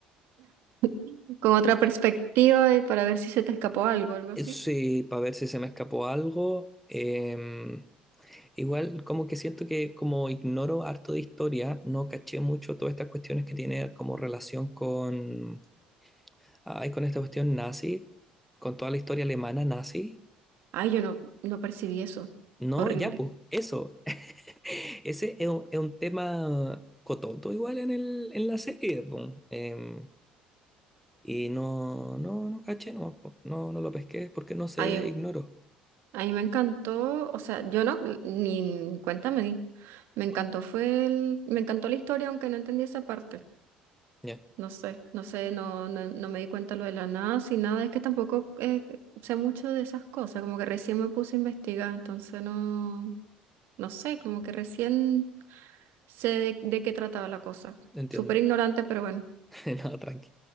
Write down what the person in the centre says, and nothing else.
Eh, Sí, para ver si se me escapó algo. Em, igual, como que siento que como ignoro harto de historia, no caché mucho todas estas cuestiones que tiene como relación con, ay, con esta cuestión nazi, con toda la historia alemana nazi.
No,
ya pues, eso. <laughs> Ese es un, es un tema cototo igual en el, en la serie, po. Em, y no, no, no caché, no, no, no lo pesqué porque no se
ignoró.
Ya,
entiendo.
<laughs> No, tranqui.